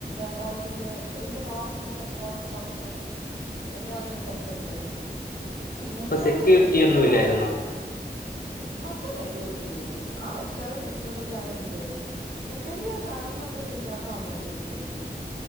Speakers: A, on the right; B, on the left.
A: കോളേജിന്റെ എന്റെ ക്ലാസിന്റെ ഡോറൊക്കെ തൊറക്കുന്നത് എ ഞാനും എന്റെ ഫ്രണ്ട്സൊക്കെ ആയിരുന്നു. പിന്നെ
B: അപ്പൊ സെക്യൂരിറ്റി
A: ഒരു സെക്കൻഡ്
B: ഒന്നും
A: ഇയറ്
B: ഇല്ലായിരുന്നോ
A: ആയ അപ്പൊ സെക്യൂരിറ്റി ഇല്ലെയിരുന്നു ആ ഇയർ സെക്യൂരിറ്റി അവിടെ ഇല്ലേയിരുന്ന്. സെക്കൻഡ് ഇയർ കടന്നപ്പോഴത്തേക്കാണ് വന്നത് സെക്യൂരിറ്റി